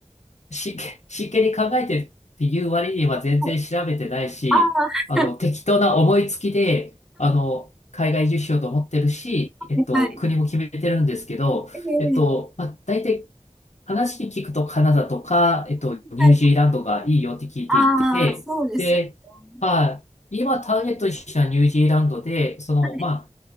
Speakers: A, on the left; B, in the centre.
A: 真剣、真剣に考えてるっていう割には全然調べてないし、
B: はいあ
A: あの、
B: ー、
A: 適当な思いつきで、あの、海外移住しようと思ってるし、えっと、
B: <laughs> はい。
A: 国も決めてるんですけど、
B: ええ
A: えっと、まあ、大体話聞くとカナダとか、えっと、ニュージーランドがいいよって聞いていて、
B: はい。ああ、そうですよね。
A: で、まあ、今ターゲットにしたニュージーランドで、その、
B: はい。
A: まあ、